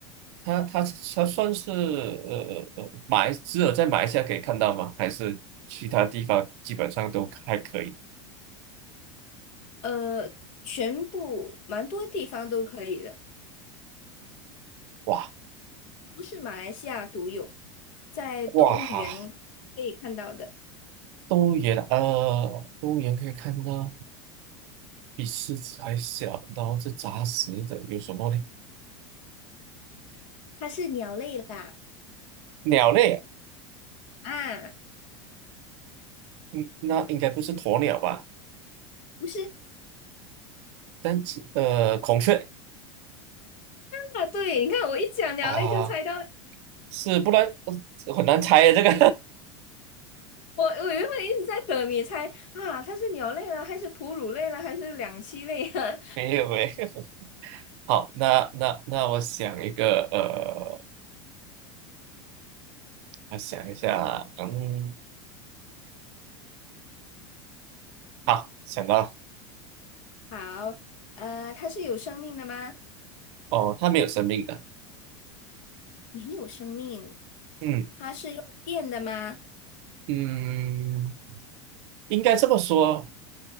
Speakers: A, on the right; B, on the left.
A: 它它它算是呃呃马来只有在马来西亚可以看到吗？还是其他地方基本上都还可以？
B: 呃，全部蛮多地方都可以的，
A: 哇
B: 不是马来西亚独有，在动物园可以看到的。
A: 哇，动物园啊呃，动物园可以看到比狮子还小，然后是杂食的，有什么呢？
B: 它是鸟类啦，
A: 鸟类啊
B: 啊，
A: 嗯，那应该不是鸵鸟吧？
B: 不是
A: 但是呃，孔雀
B: 啊，对，你看我一讲鸟类就猜到了。
A: 啊，是不然呃很难猜啊，这个
B: 我我原本一直在等你猜啊，它是鸟类了还是哺乳类了还是两栖类啊？
A: <laughs> 没有诶。好，那那那我想一个，呃，我想一下，嗯，好，想到了，
B: <laughs> 好，呃，它是有生命的吗？
A: 哦，它没有生命的，
B: 没有生命。
A: 嗯
B: 它是用电的吗？
A: 嗯，应该这么说，